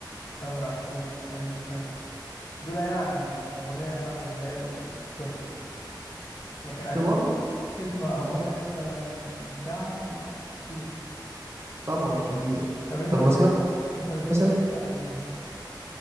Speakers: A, on the left; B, on the right.
A: تامر عاشور أليسا دول يعني الأغنية خمس دقايق وتخلص لكن عشان
B: بس برضه
A: تسمع
B: ما
A: أغنية
B: ينفعش
A: مثلا ساعة لا كتير
B: طبعا كتير
A: طب أنت
B: طب
A: بتحب
B: ما سمعت
A: أنت بتحب
B: مثلا
A: تسمع لمين؟